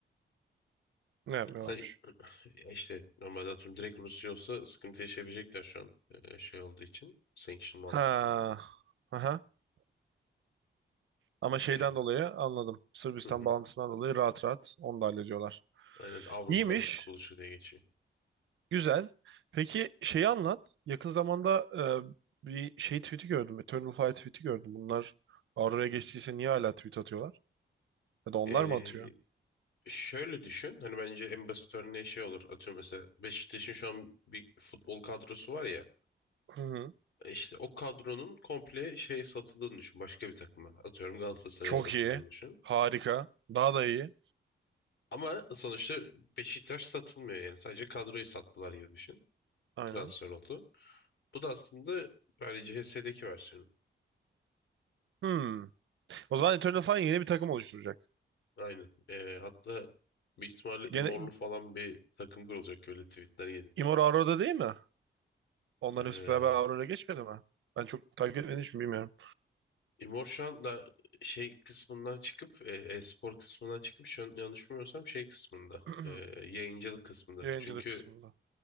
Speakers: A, on the right; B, on the left.
A: Ne yapmıyorlarmış?
B: Sen, ya işte normalde atıyorum direkt Rusya olsa sıkıntı yaşayabilecekler şu an e, şey olduğu için sanction muhabbetinde.
A: Ha. Aha. Ama şeyden
B: Ee,
A: dolayı anladım. Sırbistan
B: hı hı.
A: bağlantısından dolayı rahat rahat onu da hallediyorlar.
B: Aynen Avrupa
A: İyiymiş.
B: kuruluşu diye geçiyor.
A: Güzel. Peki şeyi anlat. Yakın zamanda e, bir şey tweet'i gördüm. Eternal Fire tweet'i gördüm. Bunlar Aurora'ya geçtiyse niye hala tweet atıyorlar? Ya da onlar
B: Ee,
A: mı atıyor?
B: şöyle düşün. Hani bence en basit örneği şey olur. Atıyorum mesela Beşiktaş'ın şu an bir futbol kadrosu var ya.
A: Hı hı.
B: E İşte o kadronun komple şey satıldığını düşün. Başka bir takıma. Atıyorum Galatasaray'a
A: Çok
B: satıldığını
A: iyi.
B: düşün.
A: Harika. Daha da iyi.
B: Ama sonuçta Beşiktaş satılmıyor yani. Sadece kadroyu sattılar gibi düşün.
A: Aynen.
B: Transfer oldu. Bu da aslında hani CHS'deki versiyonu.
A: Hmm. O zaman Eternal Fire yeni bir takım oluşturacak.
B: Aynen. Ee, hatta büyük ihtimalle
A: Gene
B: İmorlu falan bir takım kurulacak öyle tweetler
A: Immortal Aurora'da değil mi? Onların
B: geldi.
A: hepsi beraber Aurora'ya geçmedi mi? Ben çok takip etmediğim için bilmiyorum.
B: İmor şu anda şey kısmından çıkıp e, e-spor kısmından çıkıp şu an yanlış bilmiyorsam şey kısmında
A: <clears throat>
B: e, yayıncılık kısmında.
A: Yayıncılık
B: Çünkü
A: kısmında.